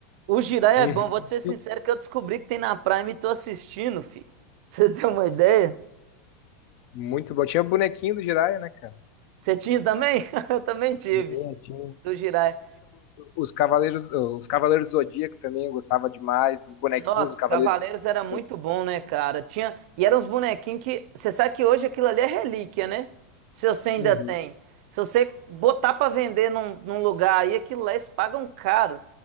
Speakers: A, on the right (about 60°); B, on the left (about 55°).
A: O Jiraiya
B: Uhum.
A: é bom, vou te ser sincero que eu descobri que tem na Prime e tô assistindo, fi. Pra Você tem uma ideia?
B: Muito bom. Tinha o bonequinho do Jiraiya, né, cara?
A: Você tinha também? <laughs> Eu também tive,
B: É, tinha.
A: do Jiraiya.
B: Os Cavaleiros, os Cavaleiros do Zodíaco também eu gostava demais, os bonequinhos
A: Nossa,
B: do Cavaleiro
A: Cavaleiros era muito
B: do Zodíaco.
A: bom, né, cara? Tinha... E eram uns bonequinhos que... Você sabe que hoje aquilo ali é relíquia, né? Se você ainda
B: Uhum.
A: tem. Se você botar pra vender num, num lugar aí, aquilo lá eles pagam caro.